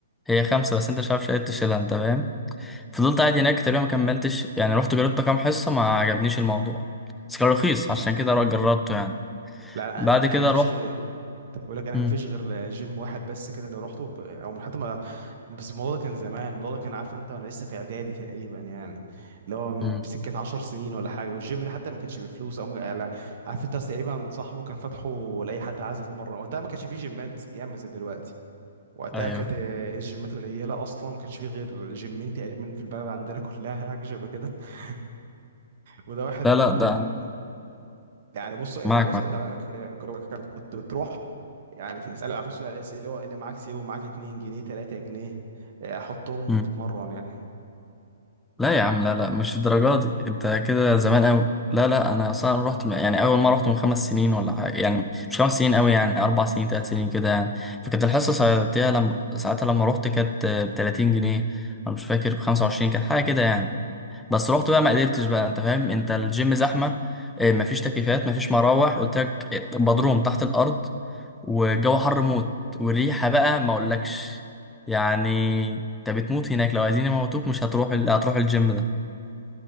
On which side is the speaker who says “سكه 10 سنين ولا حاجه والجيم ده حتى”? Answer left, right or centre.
Right